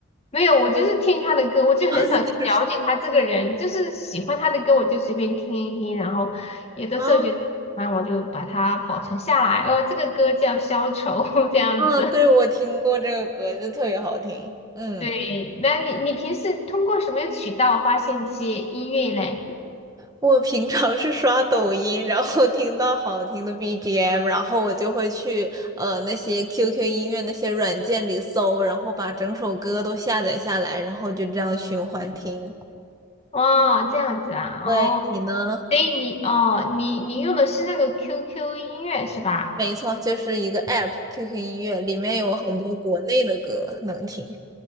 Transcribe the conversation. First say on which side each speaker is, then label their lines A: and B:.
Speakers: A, on the left; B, on the right.
A: 没有，我就是听他的歌，我就很少去了解他这个人，
B: <laughs> 就是
A: 就是喜欢他的歌我就随便听一听，然后有的时候觉得喜欢我就把它保存下来。
B: 哦，
A: 哦，这个歌叫《消愁》<laughs> 这样子。
B: 嗯，对，我听过这个歌，就特别好听。嗯，
A: 对，那你你平时通过什么渠道发现这些音乐嘞？
B: 我平常是刷抖音，然后听到好听的 BGM，然后我就会去呃那些 QQ 音乐那些软件里搜，然后把整首歌都下载下来，然后就这样循环听。
A: 哦，这样子啊，
B: 对，
A: 哦，
B: 你呢？
A: 所以你哦你你用的是那个 QQ 音乐是吧？
B: 没错，就是一个 app，QQ 音乐里面有很多国内的歌能听。